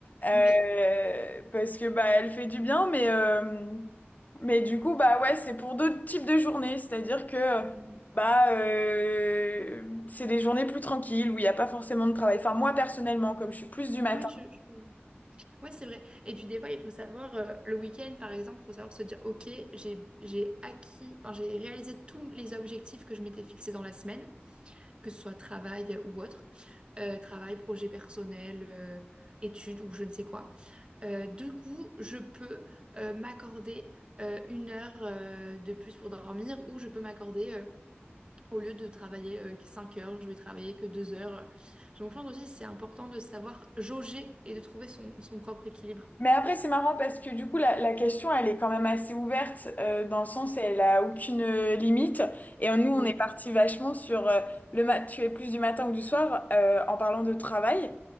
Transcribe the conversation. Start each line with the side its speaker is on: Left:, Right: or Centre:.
Left: euh,
Right: Oui.
Left: parce que bah elle fait du bien mais euh, mais du coup bah ouais c'est pour d'autres types de journées, c'est-à-dire que euh,
Right: Mm, mm, mm.
Left: bah euh, c'est des journées plus tranquilles où il n'y a pas forcément de travail. Enfin moi personnellement comme je suis plus du matin
Right: Oui, je, je- Ouais, c'est vrai. Et puis des fois, il faut savoir, euh, le week-end, par exemple, il faut savoir se dire, OK, j'ai, j'ai acquis, enfin, j'ai réalisé tous les objectifs que je m'étais fixés dans la semaine, que ce soit travail ou autre, Euh, travail, projet personnel, euh, études ou je ne sais quoi. Euh, du coup, je peux euh, m'accorder euh, une heure euh, de plus pour dormir ou je peux m'accorder... euh, Au lieu de travailler euh, 5 heures, je vais travailler que 2 heures. Donc, je pense aussi que c'est important de savoir jauger et de trouver son son propre équilibre.
Left: Mais après, c'est marrant parce que du coup, la, la question, elle est quand même assez ouverte euh, dans le sens, elle a aucune euh, limite. Et euh, nous, on
Right: Oui,
Left: est parti vachement sur euh, le mat, tu es plus du matin ou du soir euh, en parlant de travail.